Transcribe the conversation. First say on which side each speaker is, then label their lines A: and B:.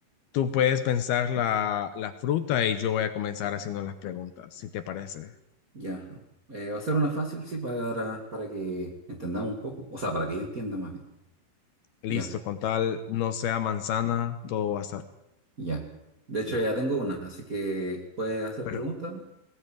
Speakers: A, on the left; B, on the right.
A: Tú puedes pensar la, la fruta y yo voy a comenzar haciendo las preguntas, si te parece.
B: ya. Eh, va a ser una fácil, sí, para, para que entendamos un poco. O sea, para que yo entienda más bien.
A: Listo,
B: Ya,
A: con tal no sea manzana, todo va a estar
B: ya. De hecho, ya tengo una, así que puedes hacer
A: per-
B: preguntas, ¿no?